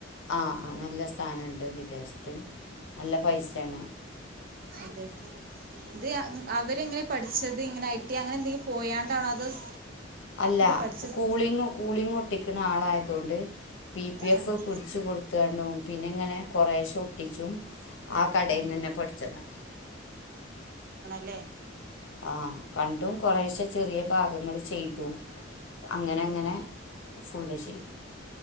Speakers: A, on the left; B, on the right.
A: ആ, ആ. നല്ല സഥാനംണ്ട് വിദേശത്ത്. നല്ല പൈസേണ്.
B: അതെ. ഇത് <inaudible> അവരെങ്ങനെ പഠിച്ചത്. ഇങ്ങനെ ഐ ടി അങ്ങനെ എന്തെങ്കിലും പോയാണ്ടാണോ അതോ <inaudible>
A: അല്ല,
B: പഠിച്ചത്
A: കൂളിങ്. കൂളിങ് ഒട്ടിക്കണ ആളായതൊണ്ട്. പി പി എഫ്
B: അതെ
A: പിടിച്ച് കൊടുത്താണ്ടും പിന്നങ്ങനെ കുറേശ്ശെ ഒട്ടിച്ചും. ആ കടയിൽ
B: ആഹ്
A: നിന്നന്നെ പടിച്ചതാ.
B: ലെ
A: ആഹ് കണ്ടും കൊറേശെ ചെറിയ ഭാഗങ്ങൾ ചെയ്തു. അങ്ങനെ
B: അതെ
A: അങ്ങനെ ഫുള്ള് ചെയ്യും.